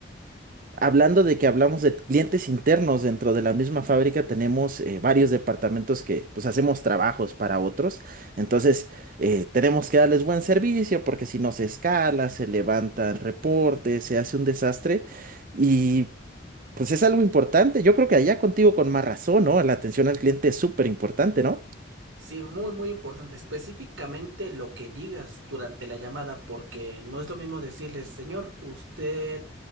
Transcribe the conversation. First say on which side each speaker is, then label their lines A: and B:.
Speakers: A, on the right; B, on the right.
A: Hablando de que hablamos de clientes internos dentro de la misma fábrica, tenemos eh, varios departamentos que pues hacemos trabajos para otros. Entonces, eh, tenemos que darles buen servicio porque si no se escala, se levantan reportes, se hace un desastre y pues es algo importante. Yo creo que allá contigo con más razón, ¿no? La atención al cliente es súper importante, ¿no?
B: Sí, muy, muy importante. Específicamente lo que digas durante la llamada, porque no es lo mismo decirles, señor, usted,